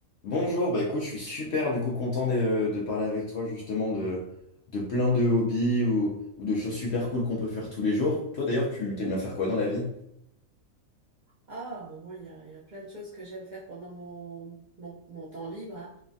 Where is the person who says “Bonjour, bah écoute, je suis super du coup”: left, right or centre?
Left